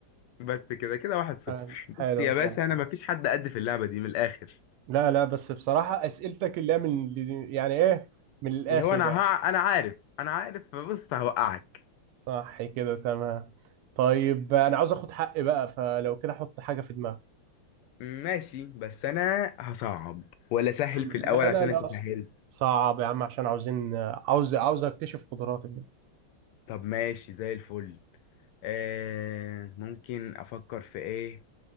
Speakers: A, on the left (about 80°); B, on the right (about 85°).
A: بس كده كده واحد صفر
B: آه حلو
A: بص يا باشا
B: كده
A: انا مفيش حد قد في اللعبة دي من الاخر
B: لا لا بس بصراحة أسئلتك اللي هي من يعني إيه من الآخر
A: اللي هو انا
B: يعني
A: ها انا عارف انا عارف بص هوقعك
B: صح كده تمام طيب أنا عاوز آخد حقي بقى فلو كده حط حاجة في دماغك
A: ماشي بس انا هصعب ولا سهل
B: حلو
A: في
B: لا
A: الاول عشان
B: لا لا
A: انت سهلت
B: أصلا صعب يا عم عشان عاوزين عاوز عاوز أكتشف قدراتك دي.
A: طب ماشي زي الفل آه ممكن افكر في ايه